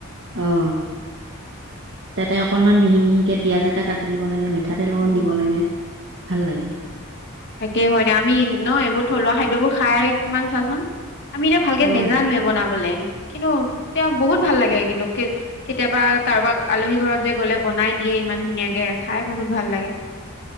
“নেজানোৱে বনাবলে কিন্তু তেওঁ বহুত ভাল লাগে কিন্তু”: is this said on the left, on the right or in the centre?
Left